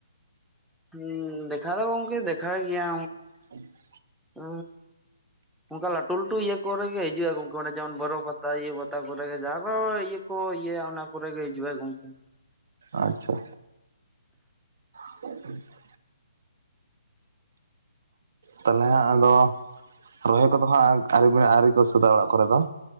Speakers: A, in the centre; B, on the right.
A: ᱦᱩᱸ ᱫᱮᱠᱷᱟᱣ ᱫᱚ ᱜᱚᱢᱠᱮ ᱫᱮᱠᱷᱟᱣ ᱜᱮᱭᱟ,
B: <inaudible>
A: ᱩᱻ ᱚᱱᱠᱟ ᱞᱟᱴᱩ ᱞᱟᱹᱴᱩ ᱤᱭᱟᱹ ᱠᱚᱨᱮ ᱜᱮ ᱦᱤᱡᱩᱜᱼᱟ ᱜᱚᱝᱠᱮ, ᱢᱟᱱᱮ ᱡᱮᱢᱚᱱ ᱵᱚᱨᱚ ᱯᱟᱛᱟ, ᱛᱟ ᱤᱭᱟᱹ ᱯᱟᱛᱟ ᱠᱚᱨᱮ ᱜᱮ ᱡᱟᱦᱟ ᱠᱚ ᱤᱭᱟᱹ ᱠᱚ ᱚᱱᱟ ᱠᱚᱨᱮ ᱜᱮ ᱦᱤᱡᱩᱜ ᱜᱚᱢᱠᱮ
B: ᱟᱪᱪᱷᱟ, <inaudible> ᱛᱟᱞᱚᱦᱮ ᱟᱫᱚ ᱨᱚᱦᱚᱭ ᱠᱚᱫᱚ ᱦᱟᱸᱜ ᱟᱹᱨᱤ ᱜᱮ ᱟᱣᱹᱨᱤ ᱠᱚ ᱥᱟᱹᱛᱼᱟ ᱚᱲᱟᱜ ᱠᱚᱨᱮ ᱫᱚ?